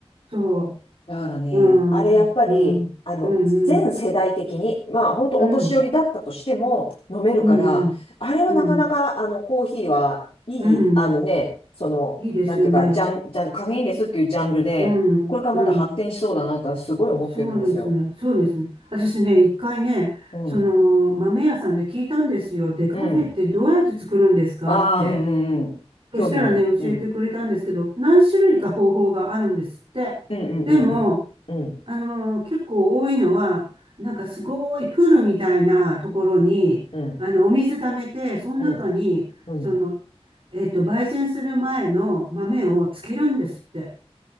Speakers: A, on the right; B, on the left.
A: そ
B: だからね、
A: う。うん、
B: あれやっぱり、
A: うん、
B: あの、
A: うん、
B: 全世代的に、
A: うん、
B: まあ本当お年寄りだったとしても飲めるから、
A: うん、うん、
B: あれはなかなか、
A: うん、
B: あの、コーヒーはいい、
A: うん。
B: あのね、その、
A: いいですよね。
B: なんていうか、ジャン、ジャン、カフェインレスっていうジャンルで、
A: うん、
B: これからまだ発展しそうだなとはすごい思ってるんですよ。
A: うん。そうですね。そうですね。私ね、一回ね、
B: うん
A: その豆屋さんで聞いたんですよ。で、カフェってどうやって作るんですかって。
B: うん。ああ、うんうんうん。
A: そしたらね、
B: 興味ある。
A: 教えてくれたんですけど、
B: うん。
A: 何種類か方法があるんですって。
B: うんうんうんうん。
A: でも、
B: うん。
A: あのー結構多いのは、なんかすごいプールみたいなところに、
B: うん。
A: あの、お水溜めて、その中に、
B: うん。うん。
A: その、えっと、焙煎する前の豆をつけるんですって。